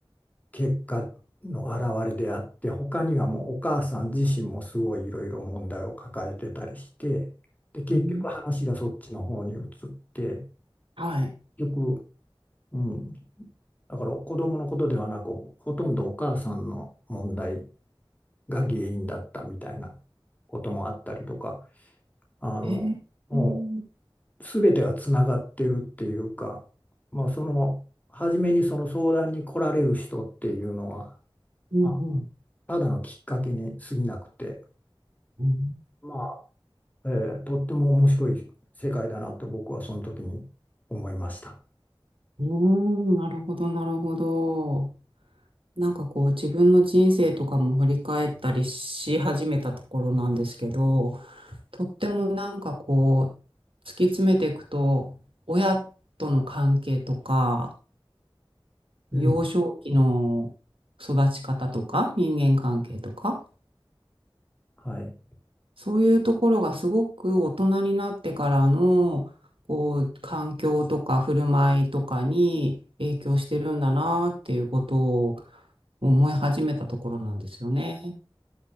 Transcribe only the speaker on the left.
結果の表れであって他にはもうお母さん自身もすごいいろいろ問題を抱えてたりしてで結局話がそっちの方に移って
結局、うん、だから子供のことではなくほとんどお母さんの問題が原因だったみたいなこともあったりとかあのも
う全てがつながってるっていうか、まあ、その初めにその相談に来られる人っていうのは。
あただのきっかけに過ぎなくて、
まあ、えーとっても面白い世界だなと僕はその時に思いました。
うん。
はい。